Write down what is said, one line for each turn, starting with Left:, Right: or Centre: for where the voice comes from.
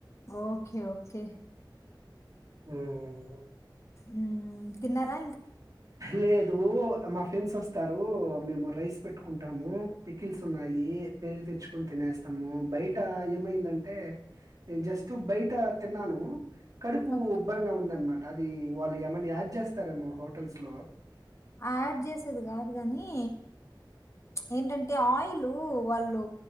Left: ఓకే ఓకే
Right: ఉవ్
Left: ఉమ్ తిన్నరా
Right: లేదు నువ్ మా ఫ్రెండ్స్ వస్తారు మేము రైస్ పెట్టుకుంటాము పికిల్స్ ఉన్నాయి పెరుగి తెచ్చుకని తినేస్తాము బయట ఏమైందంటే నేను జస్ట్ బయట తిన్నాను కడుపూ
Left: ఓకే
Right: ఉబ్బరంగా ఉందన్నమాట అది వాళ్ళు ఏమైన యాడ్చేస్తారేమో హో టెల్సా లా
Left: యాడ్ చేసేది కాదు కాని ఏంటంటే ఆయిల్ వాళ్ళు